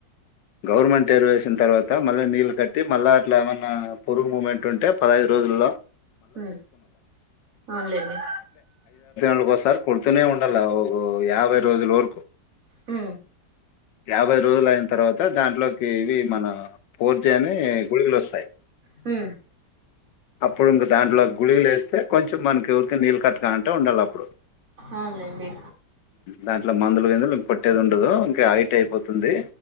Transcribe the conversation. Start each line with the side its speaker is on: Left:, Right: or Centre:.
Left: గవర్నమెంట్ ఎరువు వేసిన తర్వాత మళ్ళీ నీళ్లు కట్టి మళ్ళీ అట్లా ఏమన్నా పురుగు మూమెంట్ ఉంటే పదహదు.
Right: ఉమ్ అవునులేండి
Left: <unintelligible> సార్ కొడుతనే ఉండల్ వగు యాభై రోజుల వరకు.
Right: హు
Left: యాభై రోజులు అయిన తర్వాత దాంట్లోకి ఇవి మన పూర్తి అని గుడిగులు వస్తాయి
Right: హు
Left: అప్పుడు ఇంక దాంట్లో <unintelligible> లేేస్తే కొంచెం మనకి ఎవరికి నీళ్ళు కట్టు అంటే ఉండాలి అప్పుడు
Right: అవున్లెండి
Left: దాంట్లో మందులు <unintelligible> ఇం కొట్టేది ఉండదు ఇంకా హైట్ అయిపోతుంది